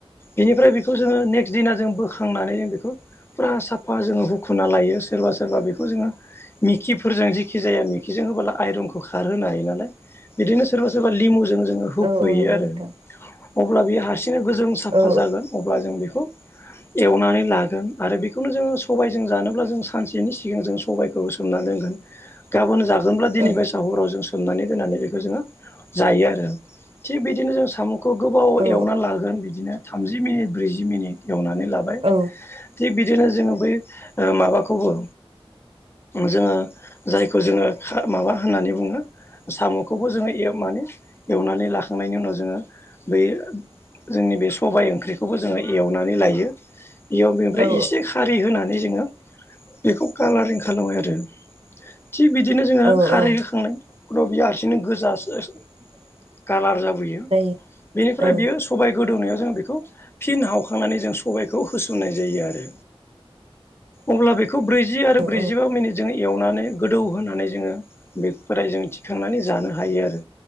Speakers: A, on the left (about 25°); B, on the right (about 70°).
A: बिनिफ्राय बेखौ जोङो नेक्स्ट दिना जों बो खांनानै जों बेखौ फुरा साफा जोङो हुखुना लायो। सोरबा सोरबा बेखौ खौ जोङो मिकिफोरजों जेखि जाया मिकिजों होबोला आइरनखौ खारहोनो हायो नालाय। बिदिनो सोरबा सोरबा लिमुजों जोङो हुख'यो
B: औ औ नंगौ
A: आरो।
B: नोंथां
A: अब्ला बेयो हारसिंनो गोजों साफा
B: औ
A: जागोन। अब्ला जों बिखौ एवनानै लागोन आरो बेखौनो जोङो सबायजों जानोब्ला जों सानसेनि सिगां जों सबायखौ सोमना दोनगोन गाबोन जागोनब्ला दिनै
B: औ
A: बे दा हराव जों सोमनानै दोननानै बेखौ जोङो जायो आरो थिग बिदिनो जों साम' खौ गोबाव
B: औ
A: एवनानै लागोन बिदिनो थामजि मिनिट ब्रैजि मिनिट एवनानै लाबाय।
B: औ
A: थिग बिदिनो जोङो बै ओ माबाखौबो जोङो जायखौ जोङो खा माबा होननानै बुङो। साम'खौबो जोङो ऐ माने एवनानै लाखांनायनि उनाव जोङो बैयो जोंनि बे सबाय ओंख्रिखौबो जोङो एवनानै लायो। बेयाव बेनिफ्राय
B: औ
A: इसे खारै होनानै जोङो बेखौ कालारिं खालामो आरो। थिग बिदिनो जोङो
B: औ
A: खारै
B: औ
A: होखांनाय फोराव बियो हारसिंनो गोजा सोस कालार जाबोयो
B: जायो
A: बेनिफ्राय
B: औ
A: बेयो सबाइ गोदौनायाव जों बेखौ फिन हावखांनानै जों सबायखौ होसननाय जायो आरो। अब्ला बेखौ ब्रैजि आरो ब्रैजिबा
B: औ
A: मिनिट जों एवनानै गोदौ होनानै जोङो बेफोर जों थिखांनानै जानो हायो आरो।